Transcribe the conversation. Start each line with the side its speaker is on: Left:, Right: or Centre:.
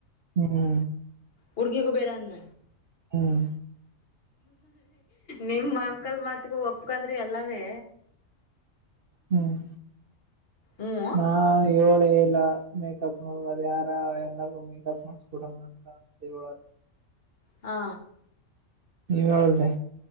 Right: ಹ್ಮ್
Left: ಹುಡುಗಿಗೂ ಬೇಡ ಅದ್ನ.
Right: ಹ್ಮ್.
Left: ನಿಮ್ಮ ಅಂಕಲ್ ಮತ್ಗ ಒಪ್ಕಂದ್ರೆ ಎಲ್ಲವೇ.
Right: ಹ್ಮ್
Left: ಹ್ಮ
Right: ನಾನು ಏಳೇಲ್ಲ. ಮೇಕಪ್ ನೋಡ್ಬಾರದು ಯಾರ ಎನಾದೂ ಮೇಕಪ್ ಮಾಡಸ್ಬೊಡಣ ಅಂತ ಅಂತ ಹೇಳಾರ
Left: ಹಾ
Right: ನೀವು ಹೇಳಿದ್ರೆ